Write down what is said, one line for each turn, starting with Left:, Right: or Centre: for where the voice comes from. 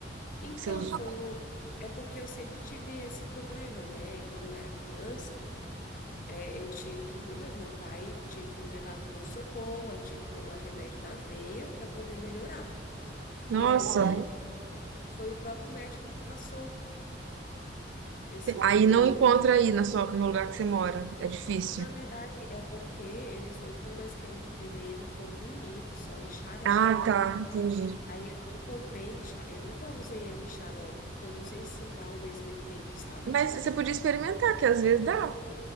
Left: então,
Right: Que Você usou?
Left: foi o. É porque eu sempre tive esse problema, né? E Quando eu era criança, é, eu tinha que, meu Deus, meu pai tinha que me levar para pronto-socorro, eu tinha que tomar remédio na veia para poder melhorar.
Right: Nossa,
Left: E aí foi o próprio médico que passou esse
Right: aí não
Left: antialérgico.
Right: encontra aí na sua, no lugar que você mora. É difícil.
Left: Na verdade, é porque eles não estão mais querendo vender ele em comprimido, só em xarope.
Right: Ah, tá, entendi.
Left: Aí eu não comprei, em xa- eu nunca usei ele em xarope, porque eu não sei se dá o mesmo efeito, sabe?
Right: Mas você podia experimentar, que às vezes dá.